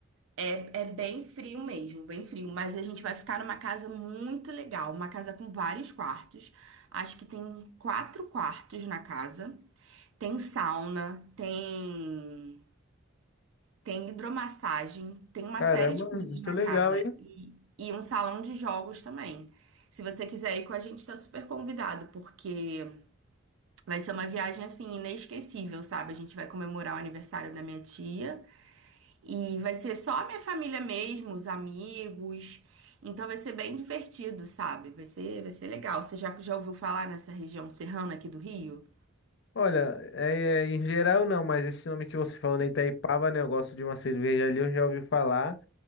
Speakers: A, on the right; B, on the left.
A: É, é bem frio mesmo, bem frio, mas a gente vai ficar numa casa muito legal, uma casa com vários quartos. Acho que tem quatro quartos na casa. Tem sauna, tem tem hidromassagem, tem uma
B: caramba,
A: série de coisas
B: muito
A: na
B: legal,
A: casa
B: hein?
A: e, e um salão de jogos também. Se você quiser ir com a gente, está super convidado, porque vai ser uma viagem assim inesquecível, sabe? A gente vai comemorar o aniversário da minha tia e vai ser só a minha família mesmo, os amigos. Então vai ser bem divertido, sabe? Vai ser, vai ser legal. Você já, já ouviu falar nessa região serrana aqui do Rio?
B: Olha, é, é, em geral não, mas esse nome que você falou na Itaipava, né? Eu gosto de uma cerveja ali, eu já ouvi falar.